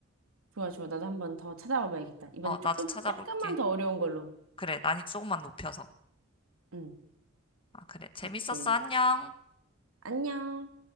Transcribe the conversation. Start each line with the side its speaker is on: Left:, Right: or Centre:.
Right: 좋아 좋아 나도 한 번 더 찾아와 봐야겠다. 이번엔
Left: 어,
Right: 조금
Left: 나도 찾아볼게.
Right: 약간만 더 어려운 걸로.
Left: 그래, 난이 조금만 높여서.
Right: 응
Left: 아, 그래. 재밌었어.
Right: 오케이
Left: 안녕.
Right: 안녕.